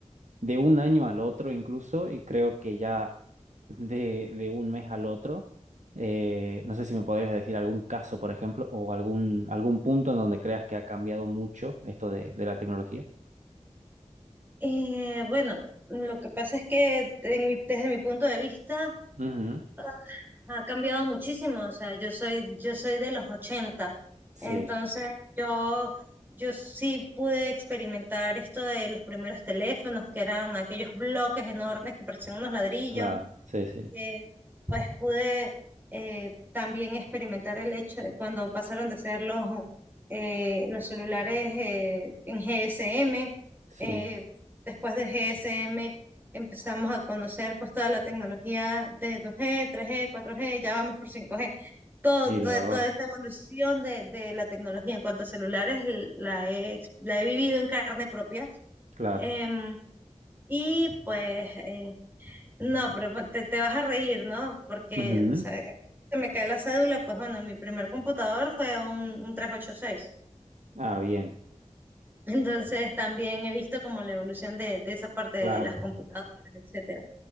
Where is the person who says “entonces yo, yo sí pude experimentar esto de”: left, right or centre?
Right